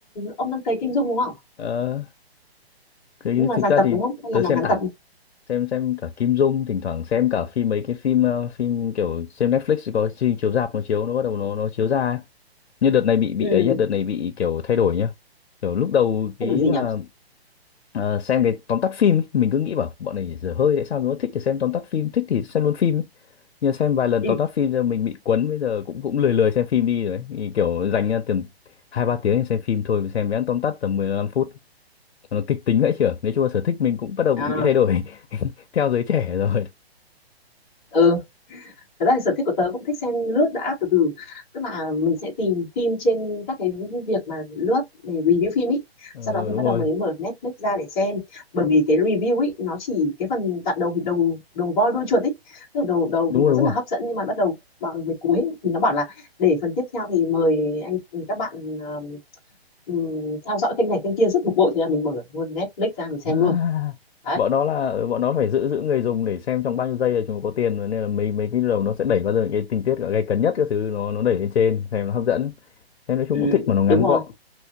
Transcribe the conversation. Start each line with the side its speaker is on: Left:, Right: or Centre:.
Centre: ông đang cấy Kim Dung đúng không
Left: Ờ, cái
Centre: nhưng mà
Left: thực
Centre: dài
Left: ra
Centre: tập
Left: thì
Centre: đúng không hay
Left: tớ
Centre: là nó
Left: xem
Centre: ngắn
Left: tạp
Centre: tập
Left: xem xem cả Kim Dung thỉnh thoảng xem cả phim mấy cái phim ờ, phim kiểu xem Netflix có chi- chiếu rạp nó chiếu nó bắt đầu nó nó chiếu ra ấy. nhưng đợt này bị bị
Centre: ừ
Left: ấy nhá đợt này bị kiểu thay đổi nhá kiểu lúc đầu cái
Centre: thế đổi gì
Left: mà
Centre: nhỉ
Left: ờ, xem cái tóm tắt phim ấy. Mình cứ nghĩ bảo bọn này dở hơi tại sao nó thích thì xem tóm tắt phim thích thì xem luôn phim ấy. nhưng mà xem vài lần
Centre: ừ
Left: tóm tắt phim rồi mình bị quấn bây giờ cũng cũng lười lười xem phim đi rồi ấy. Thì kiểu dành ra tầm hai ba tiếng để xem phim thôi mình xem vẽ tóm tắt tầm 15 phút nó kịch tính vậy chưa nói chung là sở thích mình cũng bắt đầu bị,
Centre: à,
Left: bị thay đổi <laughs> theo giới trẻ rồi
Centre: ừ thật ra thì sở thích của tớ cũng thích xem lướt đã từ từ tức là mình sẽ tìm phim trên các cái việc mà lướt để review phim ý
Left: ờ,
Centre: sau đó thì
Left: đúng
Centre: bắt
Left: rồi
Centre: đầu mình mở Netflix ra để xem bởi vì cái review ý nó chỉ cái phần đoạn đầu thì đầu đầu voi đuôi chuột ý tức là đầu đầu
Left: đúng
Centre: thì nó
Left: rồi đúng
Centre: rất
Left: rồi
Centre: là hấp dẫn nhưng mà bắt đầu bằng về cuối thì nó bảo là để phần tiếp theo thì mời anh các bạn um, um, theo dõi kênh này kênh kia rất bực bội thì là mình mở luôn Netflix ra mình
Left: À,
Centre: xem luôn đấy
Left: bọn nó là bọn nó phải giữ giữ người dùng để xem trong bao nhiêu giây là chúng nó có tiền rồi nên là mấy mấy cái đầu nó sẽ đẩy bao giờ những cái tình tiết gay cấn nhất các thứ nó nó đẩy lên trên xem nó hấp dẫn em nói chung
Centre: Ừ,
Left: cũng thích mà nó ngắn
Centre: đúng rồi
Left: gọn